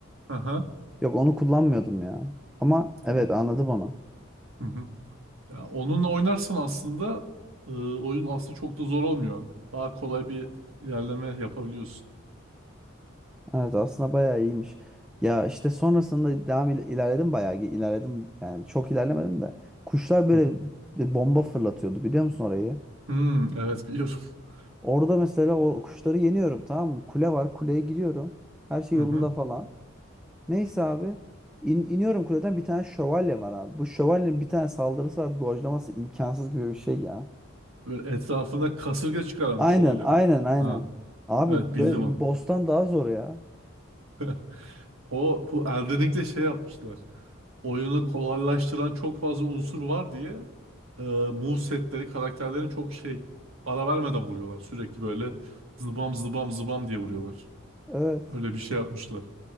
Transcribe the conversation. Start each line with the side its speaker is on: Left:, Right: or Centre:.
Right: Aha.
Centre: Yok onu kullanmıyordum ya. Ama evet
Right: Oh.
Centre: anladım onu.
Right: Hı hı. Ya onunla oynarsan aslında e, oyun aslında çok da zor olmuyor. Daha kolay bir ilerleme yapabiliyorsun.
Centre: Evet aslında bayağı iyiymiş. Ya işte sonrasında devam il- ilerledim bayağı ge- ilerledim. Yani çok ilerlemedim de. Kuşlar böyle
Right: Hı hı.
Centre: bir bomba fırlatıyordu biliyor musun orayı?
Right: Hmm, evet biliyorum. <laughs>
Centre: Orada mesela o kuşları yeniyorum tamam mı? Kule var kuleye gidiyorum. Her şey
Right: Hı
Centre: yolunda
Right: hı.
Centre: falan. Neyse abi. in- iniyorum kuleden bir tane şövalye var abi. Bu şövalyenin bir tane saldırısı var. Dojlaması imkansız gibi bir şey ya.
Right: Böyle etrafında kasırga çıkaranmış
Centre: Aynen
Right: o alem.
Centre: aynen aynen.
Right: Ha,
Centre: Abi
Right: evet bildim
Centre: böyle
Right: onu.
Centre: bir boss'tan daha zor ya.
Right: <laughs> O bu Elden Ring'de şey yapmışlar. Oyunu kolaylaştıran çok fazla unsur var diye e, move setleri karakterlerin çok şey ara vermeden vuruyorlar. Sürekli böyle zıbam zıbam zıbam diye vuruyorlar.
Centre: Evet.
Right: Öyle bir şey yapmışlar.